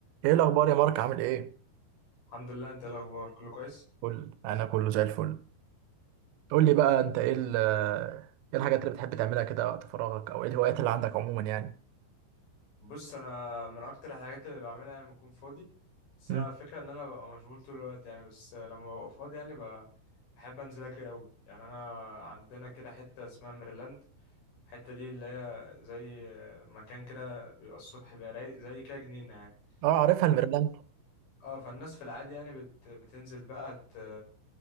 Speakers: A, on the right; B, on the left.
A: ايه الاخبار يا مارك عامل ايه
B: الحمد لله انت ايه الاخبار كله كويس
A: قول انا كله زي الفل قول لي بقى انت ايه ال- ايه الحاجات اللي بتحب تعملها كده وقت فراغك او ايه الهوايات اللي عندك عموما يعني
B: بص انا من اكتر الحاجات اللي بعملها لما اكون فاضي بس
A: مم.
B: انا الفكره ان انا ببقى مشغول طول الوقت يعني بس لما ببقى فاضي يعني ب- بحب انزل اجري قوي يعني انا عندنا كده حته اسمها ميرلاند الحته دي اللي هي زي مكان كده بيبقى الصبح بيبقى رايق زي كده جنينه يعني
A: اه عارفها
B: فن-
A: الميرلاند
B: اه فالناس في العادي يعني بت... بتنزل بقى ت...